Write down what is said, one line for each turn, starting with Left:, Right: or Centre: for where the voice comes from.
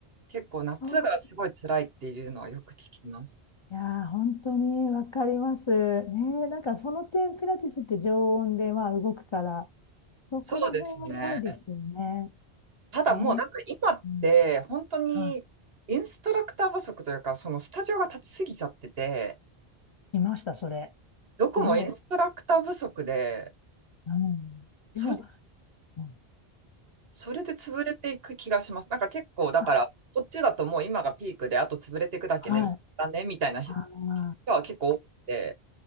Right: 結構夏がすごい辛いっていうのはよく聞きます。
Left: そういやー、本当にわかります。ねえ、なんかその点、ピラティスって常温で、まあ、動くから、そこら辺はないですよね。
Right: そうですね。ただもうなんか今って本当にインストラクター不足というか、
Left: ねえ。うんはい
Right: そのスタジオが立ちすぎちゃってて、
Left: いました、それ。
Right: どこもインストラクター不足で、
Left: すごい。うん。
Right: そ、
Left: でも、うん、
Right: それで潰れていく気がします。なんか結構、だから、
Left: あ、
Right: こっちだともう今がピークで、あと潰れていくだけね、
Left: はい。
Right: だね、みたいな人
Left: あの、
Right: は結構多くて、